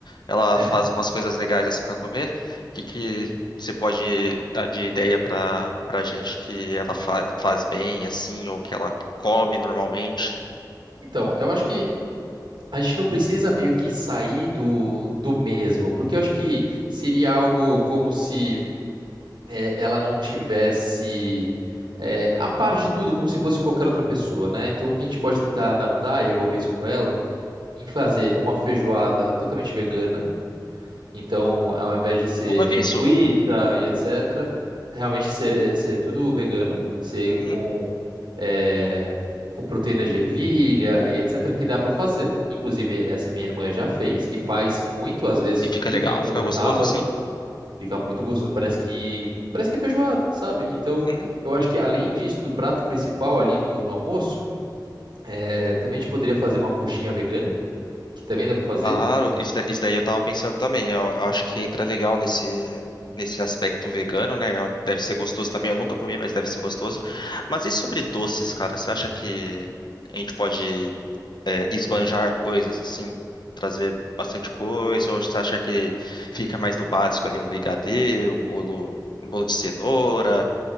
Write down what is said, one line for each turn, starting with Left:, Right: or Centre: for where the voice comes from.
Left: ela
Right: É.
Left: faz umas coisas legais assim para comer. O que que você pode dar de ideia para para gente que ela fa- faz bem assim ou que ela come normalmente?
Right: Então, eu acho que a gente não precisa meio que sair do, do mesmo, porque eu acho que seria algo como se eh, ela não tivesse eh, a par de tudo, como se fosse qualquer outra pessoa, né? Então, o que a gente pode tentar adaptar, e eu vou ver isso com ela, em fazer uma feijoada totalmente vegana. Então, ao invés de ser
Left: Nunca vi isso.
Right: linguiça e etc., realmente ser, eh, ser tudo vegano, ser
Left: Uhum.
Right: com, eh, com proteína de ervilha e etc., que dá para fazer. Inclusive, essa minha irmã já fez e faz muito, às vezes
Left: E fica
Right: no domingo,
Left: legal, fica
Right: no
Left: gostoso
Right: sábado.
Left: assim?
Right: Fica muito gostoso. Parece que parece que é feijoada, sabe? Então,
Left: Uhum.
Right: eu acho que além disso, do prato principal ali no, no almoço, é, também a gente poderia fazer uma coxinha vegana, que também dá pra fazer.
Left: Claro, isso, da- isso daí eu tava pensando também. Eu, eu acho que entra legal nesse nesse aspecto vegano, né? Deve ser gostoso também. Eu nunca comi, mas deve ser gostoso. Mas e sobre doces, cara? Você acha que a gente pode é, esbanjar coisas, assim, trazer bastante coisa, ou você acha que fica mais no básico ali, um brigadeiro, um bolo, um bolo de cenoura,